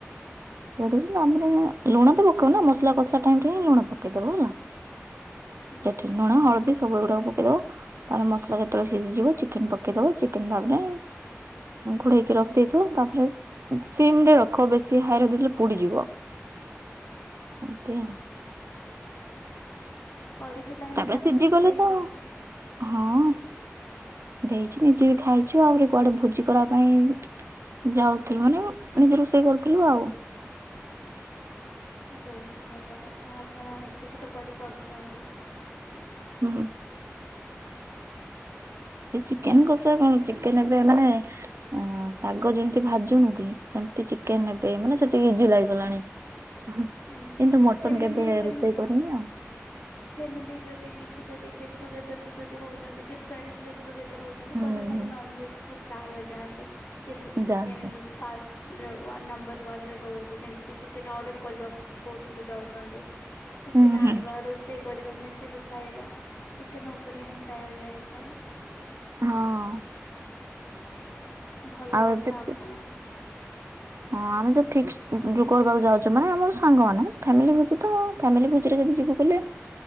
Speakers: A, on the right; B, on the left.
A: ପକେଇ ଦେଉଛୁ, ତା ପରେ ଲୁଣ ତ ପକେଇବ ନା ମସଲା କସିଲା ଟାଇମ୍ ରେ ହିଁ ଲୁଣ ପକେଇଦେବୁ ହେଲା।
B: <inaudible> ହୁଁ
A: ସେଠି ଲୁଣ ହଳଦୀ ସବୁ ଏଗୁଡାକୁ ପକେଇଦବ, ତା ପରେ ମସଲା ଯେତେବେଳେ ସିଝିଯିବ ଚିକେନ୍ ପକେଇଦବ। ଚିକେନ୍ ତାପରେ ଘୋଡେଇକି ରଖି ଦେଇେଇଥିବ ତାପରେ ସିମ୍ ରେ ରଖ ବେଶ ସେ ହାଇରା ଦେଲେ ପୁଡିଯିବ ଏମତି ଆଉ
B: କରିକି ତାହେଲେ
A: ତାପରେ
B: ଫ୍ୟାମିଲି
A: ସିଝି
B: କୁ
A: ଗଲେ
B: ଦେଇଚ
A: ତ
B: ନ
A: ହଁ ଦେଇଛି ନିଜେ ବି ଖାଇଛୁ ଆହୁରି କୁଆଡେ ଭୋଜି କରିବା ପାଇଁ ଯାଉଥିଲୁ ମାନେ ନିଜ ରୋଷେଇ କରୁଥିଲୁ ଆଉ
B: ବହୁତ ଭଲ କଥା ଆପଣ ଏତିକି ତ କରିପାରୁଛନ୍ତି
A: ହୁଁ ହୁଁ ଏ ଚିକେନ କସା କଣ ଚିକେନ ଏବେ ମାନେ ଆ ଶାଗ ଯେମତି ଭାଜୁନୁ କି ସେମିତି ଚିକେନ ନେବେ ମାନେ ସେତିକି ଇଜି ଲାଗିଗଲାଣି ହିଁ
B: ହୁଁ
A: କିନ୍ତୁ ମଟନ
B: ଫ୍ୟାମିଲି
A: କେବେ
B: ଫ୍ୟାମି
A: ରୋଷେଇ କରିନି ଆଉ
B: ଫ୍ୟାମିଲି ଯଦି କିଛି ଯଦି ଗେଟ୍ ଟୁଗେଦର ବି ଯଦି ହଉଛନ୍ତି କି ଫ୍ରେଣ୍ଡସ ଟୁଗେଦର ହଉଛନ୍ତି
A: ହୁଁ
B: କହିଲେ ଖାଲି
A: ହୁଁ।
B: ନନ୍ଭେଜ୍ କୁ ପ୍ରାୟ ହେଇଯାଆନ୍ତି ଯେମିତିକି
A: ଯାଆନ୍ତି।
B: ଚିକେନ୍ ଫାଷ୍ଟ ଯୋଉ ୱାନ ନମ୍ବର ୱ ରହୁଛି ଯେମିତି କି ଚିକେନ ଅର୍ଡର କରିବାକୁ କୋ କୋଉଠିକୁ ଯାଉଛନ୍ତି ଚିକେନ
A: ହୁଁ ହୁଁ
B: ଆଣିବା ରୋଷେଇ ରୋଷେଇ କରିବା ମିଶିକି ଖାଇବା ଚିକେନ ଉପରେ ହିଁ ପ୍ରାୟ ଯାଇଥାଏ।
A: ହଁ
B: ଭଲ
A: ଆଉ
B: କଥା
A: ଏବେ
B: ଆପଣ
A: ତ- ହଁ ଆମେ ଯୋଉ ଫିକ୍ସ ଯୋଉ କରିବାକୁ ଯାଉଛୁ ମାନେ ଆମର ସାଙ୍ଗମାନେ ଫ୍ୟାମିଲି ଭୋଜି ତ ଫାମିଲି ଭୋଜିରେ ଯଦି ଯିବୁ କହିଲେ